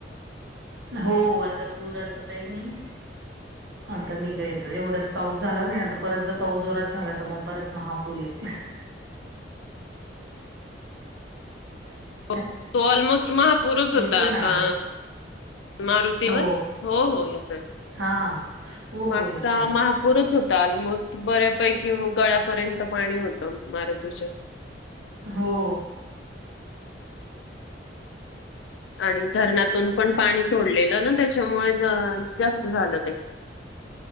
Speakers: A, on the right; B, on the left.
A: हो आता पुराचं काही नही.
B: <inaudible>
A: आता नही काही आता एवढ्यात पाऊस झालाच नही, आता परत जर पाऊस जोरात झाला त म परत महापूर येईल. <inaudible>
B: तो-तो ऑलमोस्ट महापुरुच
A: येतोय
B: होता आता
A: ना आवाज
B: मारु तेवाच,
A: हो
B: हो हो येतोय
A: हा हा हो
B: मागचा
A: हो येतोय ना
B: महा पुूरच होता ऑलमोस्ट बऱ्यापैकी गळयापर्यंत पाणी होतं मारुतीच्या.
A: हो!
B: आणि धरणातून पण पाणी सोडलेलं ना त्याच्यामुळे द जास्त झालं ते.